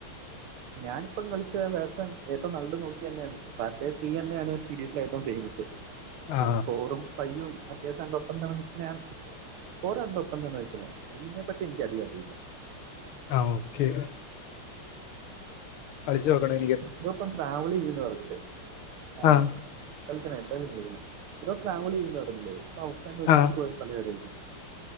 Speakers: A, on the right; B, on the left.
A: ഞാനിപ്പം കളിച്ച വേസൻ ഏറ്റവും നല്ലത് നോക്കി ന്നെയാണ് പാർക്ക ത്രീ തന്നെയാണ് സീരീസസ് ആയിട്ടും ഫേമസ്
B: ആ
A: പിന്നെ ഫോറും ഫൈയ്യും അത്യാവശ്യം എന്റെ ഒപ്പം തന്നെ നിക്കുന്ന ആണ് ഫോർ എന്റെ ഒപ്പം തന്നെ നിക്കുന്നേണ് ഫൈവിനെ പറ്റി എനിക്ക് അധികം അറിയില്ല
B: ആഹ് ഓക്കെ കളിച്ചു നോക്കണം ഇ
A: ബ്രോ ഇപ്പം ട്രാവൽ ചെയ്യും എന്ന് പറഞ്ഞില്ലേ ആഹ്
B: ആ
A: കളിക്കണം എന്തായാലും കളിക്കണം ബ്രോ ട്രാവൽ ചെയ്യും എന്ന് പറഞ്ഞിലെ ഇപ്പൊ അവസാനം
B: ആ
A: ട്രിപ്പ് പോയ സ്ഥലം എവിടെയായിരിക്കും